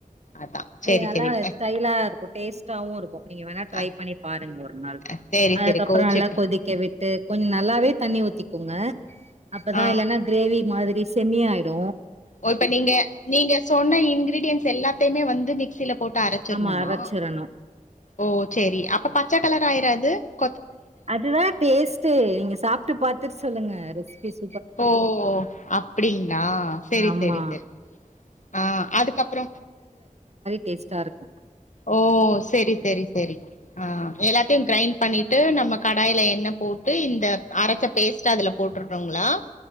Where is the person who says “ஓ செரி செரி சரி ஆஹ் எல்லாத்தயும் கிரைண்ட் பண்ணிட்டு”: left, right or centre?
Left